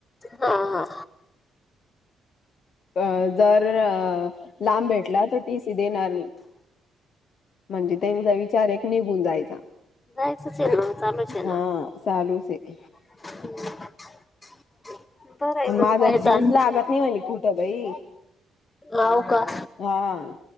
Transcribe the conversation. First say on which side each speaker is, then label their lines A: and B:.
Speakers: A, on the left; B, on the left.
A: हा हा
B: अ जर अ लांब भेटला तर टीसी देणार नाही. म्हणजे त्यांचा विचार एक निघून जायचा.
A: दाेतचताचालोच आहे.
B: हा चालूच आहे
A: <inaudible> बरं आहे
B: आणि
A: मग
B: माझ
A: काय
B: ज्यूच
A: ताण
B: लागत नाही मा कुठं बाई.
A: होव का.
B: हा